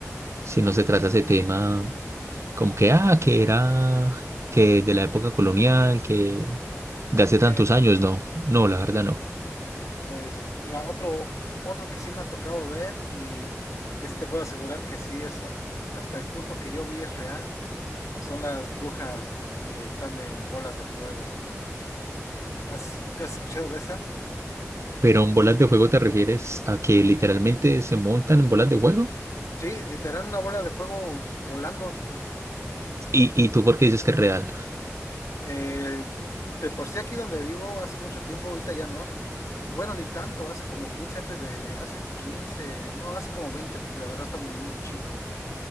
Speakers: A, on the right (about 60°); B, on the left (about 75°).
A: si no se trata ese tema como que, ah, que era, que de la época colonial, que de
B: Ok.
A: hace tantos años, no, no, la verdad no.
B: Pues mira, otro, otro que sí me ha tocado ver y ese te puedo asegurar que sí es a- hasta el punto que yo vi es real, son las brujas que están en bolas de fuego. ¿Has, has escuchado de esas?
A: Pero en bolas de fuego te refieres a que literalmente se montan en bolas de fuego.
B: Sí, literal una bola de fuego volando.
A: ¿Y, y tú por qué dices que es real?
B: Eh, de por sí aquí donde vivo hace mucho tiempo, ahorita ya no. Bueno, ni tanto, hace como 15 antes de, hace 15, no, hace como 20 porque la verdad está muy muy chico.